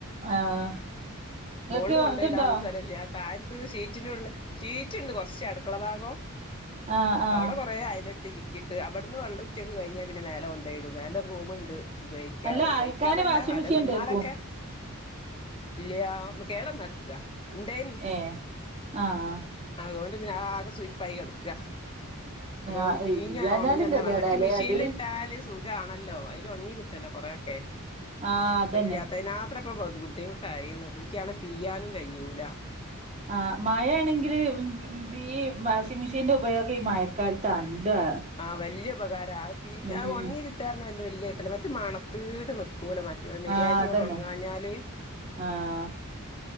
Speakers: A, on the right; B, on the left.
A: ആഹ് ഇങ്ങക്ക്
B: മോള് കൊണ്ടയിടാനും
A: ഇതുണ്ടോ
B: സ്ഥലല്ല താഴ ത്ത് ശീറ്റിനുള്ളിൽ ഷീറ്റ്ണ്ട് കൊർച്ച് അടുക്കള ഭാഗം
A: ആഹ് ആഹ്
B: അവിടെ കുറേ അയ്ലെട്ടി ചിക്കിട്ട് അവിടുന്ന് വെള്ളം ഉറ്റൊക്കെ കഴിഞ്ഞാൽ പിന്നെ മേലെ കൊണ്ടോയിടും മേലെ റൂമ്ണ്ട് ഉപയോഗിക്കാതെ
A: അല്ല
B: ഉപയോഗിക്കാതല്ല
A: അലക്കാന് വാഷിംഗ്
B: ആരെ
A: മെഷീൻ
B: വന്നോലൊക്കെ
A: ഇണ്ടേക്കും
B: ഇല്ല്യാ കേടന്നട്ക്കാ ഇണ്ടേനി
A: ഏഹ് ആഹ്
B: അതുകൊണ്ട് പിന്നെ ആകെ സുയ്പ്പായി കടക്കാ അപ്പം
A: ആഹ്
B: പീഞ്ഞ്
A: ഇല്ലാഞ്ഞാലും
B: ഒണങ്ങന്നെ
A: ഗതികേടാല്ലേ
B: വാണം മറ്റേ മെഷീനിലിട്ടാല്
A: അത്
B: സുഖാണല്ലോ അയ്ലൊണങ്ങി കിട്ടല്ലോ കൊറേയൊക്കെ
A: ആഹ് അതന്നെ
B: അ ഇല്ലാത്തയ് നാ ത്രപ്പോ ബുദ്ധിമുട്ടായീണ് ൻക്കാണേൽ പിയ്യാനും കഴിയൂല
A: ആ മയേയാണെങ്കില് ഈ വാഷിംഗ് മെഷീന്റെ ഉപയോഗം ഈ മഴക്കാല ത്താണ് ല്ലേ
B: ആഹ് വല്യുപകാരാ അത് പി
A: ഉം
B: അത് ഒണ്ങ്ങി കിട്ട ട്ടാർഞ്ഞാതന്നെ വല്യ കിട്ടല മറ്റേ മണത്തിട്ട് നിക്കൂല മറ്റ മര്യാദക്ക്‌ങ്ങട്ട്
A: ആഹ് അതന്നെ
B: ഉണങ്ങാഞ്ഞാല്
A: ആഹ്